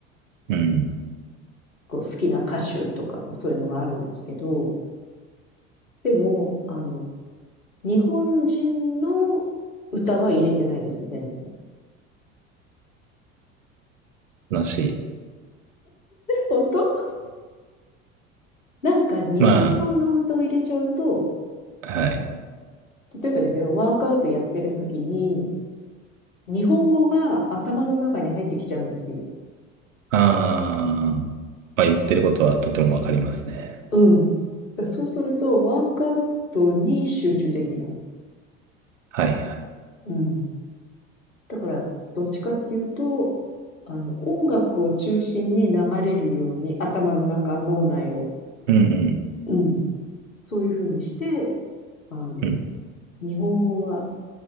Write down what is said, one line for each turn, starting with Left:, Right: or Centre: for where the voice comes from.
Right: うん。
Left: こう好きな歌手とかもそういうのがあるんですけど、でも、あの、日本人の歌は入れてないです、全然。
Right: 悲しい。
Left: 本当なんか日本語の歌を入れちゃうと、
Right: まあ、はい。
Left: 例えばですよ、ワークアウトやってる時に、日本語が頭の中に入ってきちゃうんですよ。
Right: ああ、まあ言ってることはとてもわかりますね。
Left: うん。そうすると、ワークアウトに集中できない。
Right: はい、はい。
Left: うん。だから、どっちかっていうと、あの、音楽を中心に流れるように、頭の中、脳内を。
Right: うん、うん、
Left: うん。そういうふうにして、あの、
Right: うん。
Left: 日本語は